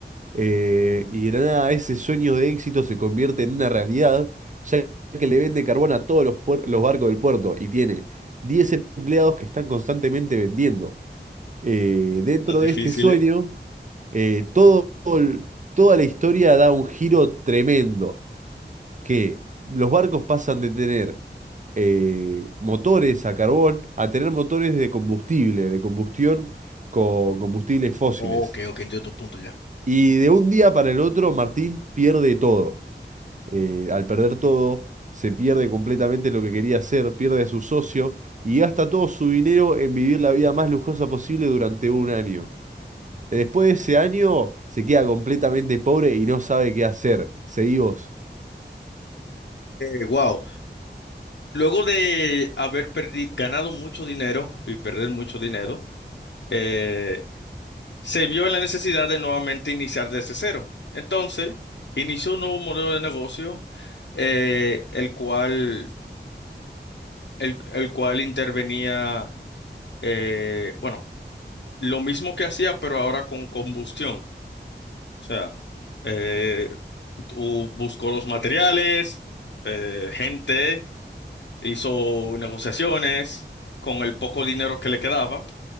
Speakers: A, on the right; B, on the left.
A: eh, y de la nada ese sueño de éxito se convierte en una realidad, ya que le vende carbón a todos los, puer- los barcos del puerto y tiene 10 empleados que están constantemente vendiendo. eh, dentro
B: Está Difícil,
A: de este sueño,
B: ¿eh?
A: eh, todo el- toda la historia da un giro tremendo, que los barcos pasan de tener eh, motores a carbón a tener motores de combustible, de combustión con combustibles fósiles.
B: Ok, ok, entiendo tu punto ya.
A: Y de un día para el otro, Martín pierde todo. Eh, al perder todo, se pierde completamente lo que quería hacer, pierde a su socio y gasta todo su dinero en vivir la vida más lujosa posible durante un año. Después de ese año se queda completamente pobre y no sabe qué hacer. Seguí vos.
B: Wow. Luego de haber perdi- ganado mucho dinero y perder mucho dinero, eh, se vio en la necesidad de nuevamente iniciar desde cero. Entonces, inició un nuevo modelo de negocio, eh, el cual, el, el cual intervenía, eh, bueno, lo mismo que hacía, pero ahora con combustión. O sea, eh, tú buscó los materiales, eh, gente. hizo negociaciones con el poco dinero que le quedaba